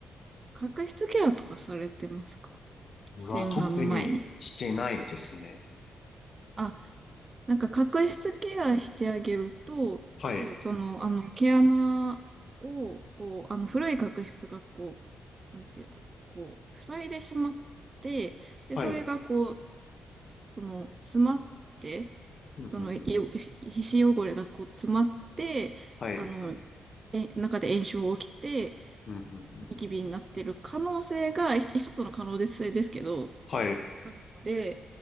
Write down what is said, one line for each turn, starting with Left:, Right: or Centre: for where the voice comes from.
Right: 角質ケアとかされてますか
Left: うわ、
Right: 洗顔の前に。
Left: 特にしてないですね。
Right: あ、なんか角質ケアしてあげると、
Left: はい。
Right: 要はその、あの、毛穴を、こう、あの、古い角質がこう、なんていうんだろう、こう、塞いでしまって、で、
Left: はい。
Right: それがこう、その、詰まって、
Left: うんうんうんうん
Right: その、いよ皮脂汚れがこう詰まって、
Left: はい。
Right: あの、え、中で炎症起きて、
Left: うんうんうんうん
Right: ニキビになってる可能性が一一つの可能性ですけど、
Left: はい。
Right: あるので、